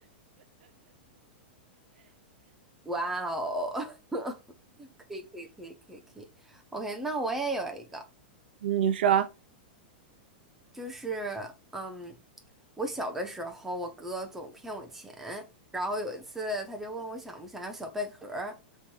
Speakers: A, in the centre; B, on the right (about 75°).
A: 哇哦，<laughs> 可以可以可以可以可以，OK，那我也有一个，
B: 你说啊
A: 就是嗯，我小的时候，我哥总骗我钱，然后有一次他就问我想不想要小贝壳儿，